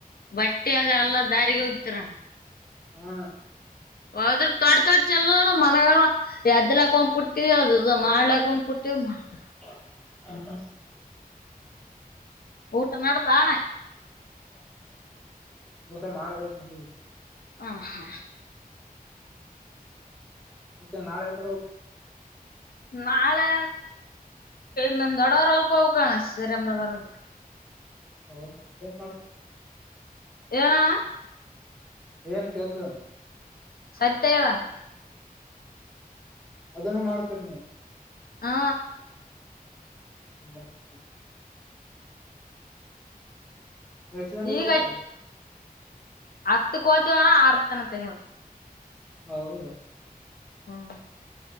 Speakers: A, on the left (about 75°); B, in the centre.
A: ಬಟ್ಟೆ ಅದ ಎಲ್ಲ ದಾರಿಗೆ ಹೋಗತರ
B: ಹಾ
A: ಹದ್ರ ತೊಡ್ ತೊಡ್ ಚಲ ಮನ ಎದ್ಲಾಕ ಒಂದ ಪುಟ್ಟಿ ಅ ಮಾಡ್ಲಾಕ ಒಂದ ಪುಟ್ಟಿ ಷ್ಟ ಮಾಡ್ತ್ರ
B: ಹ್ಮೌ ಹೌದು
A: ಊಟ ನದಣ
B: <unintelligible>
A: ಹ ಹಾ
B: ಎತ್ತೆ ನಾಳೆಕ
A: ನಾಳೆ ನಮ್ಮ ದೊಡ್ಡವರು ಹೊಲಕ್ಕೆ ಹೋಗಬೇಕು ಹಣ ಶ್ರೀರಾಮ್ ದೊಡ್ಡವರೂ
B: ಹೌ ನಾದು
A: <inaudible>
B: ಏನ್ ಕೆಲ್ಸ
A: ಸತ್ಯಯವ
B: ಅದನ್ನು ಮಾಡ್ತೇರಿ ನಾವು
A: ಹಾ
B: <unintelligible> ಎಷ್ಟು ಗಂಟೆಗೆ
A: ಈಗ
B: ಹೋಗ್ತೀರಾ
A: ಹತ್ತು ಕೋಚಣ ಅರ್ತನ ತ
B: ಹೌದು
A: ಹ್ಮ